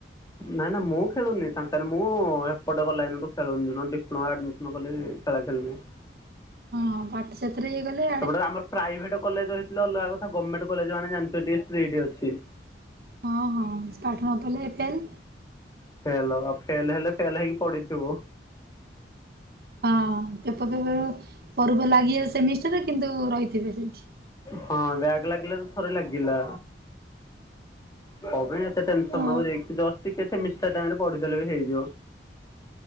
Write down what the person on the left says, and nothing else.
ନା ନା ମୁଁ ଖେଳୁନି ତାଙ୍କ ସାରେ ମୁଁ ଏପଟେ ଗଲା ଦିନଠୁ ଖେଳୁନି ଡିପ୍ଲୋମା ଆ ମୁଁ ଗଲେ ଖେଳା ଖେଲୁନି।
ସେପଟରେ ଆମର ପ୍ରାଇଭେଟ କଲେଜ ହେଇଥିଲେ ଅଲଗା କଥା ଗମେଣ୍ଟ କଲେଜ ମାନେ ଜାଣିଥିବ ଟିକେ ଷ୍ଟ୍ରିଟି ଅଛି।
ଫେଲ ଫେଲେ ହେଲେ ଫେଲେ ହେଇକି ପଡିଥିବୁ।
ହଁ ବ୍ୟାଗ୍ ଲାଗିଲେ ତ ଥରେ ଲାଗିଲା। କଣ ପାଇଁ ଏତେ ଟେନସନ
ନବ। <unintelligible> ଜଷ୍ଟ ଟିକେ ସେମିଷ୍ଟର ଟାଇମ୍ ରେ ପଢ଼ି ଦେଲେ ବି ହେଇଯିବ।